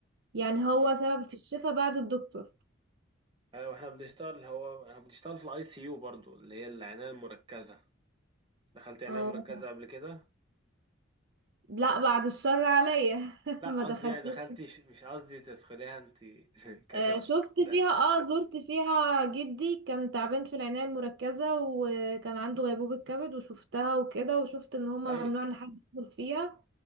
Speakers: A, on the right; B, on the right.
A: يعني هو
B: مم.
A: سبب في الشفاء بعد الدكتور
B: أيوة إحنا بنشتغل هو إحنا بنشتغل في الأي سي يو برضو اللي هي العناية المركزة دخلت عناية
A: اه
B: مركزة قبل كده
A: لا بعد الشر عليا <laughs>
B: لا
A: ما دخلتش
B: قصدي يعني دخلتي مش قصدي تدخليها أنت <laughs> كشخص
A: آه، شفت
B: ده
A: فيها اه زرت فيها جدي كان تعبان في العناية المركزة وكان عنده غيبوبة كبد وشفتها وكده وشفت ان هما
B: طيب
A: ممنوع ان حد يدخل فيها